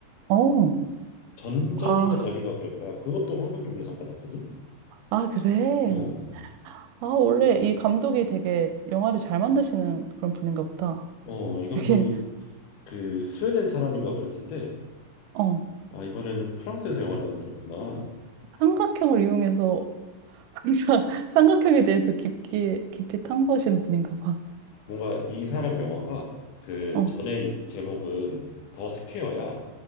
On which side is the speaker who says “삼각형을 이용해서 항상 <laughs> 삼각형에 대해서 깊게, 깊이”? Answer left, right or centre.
Right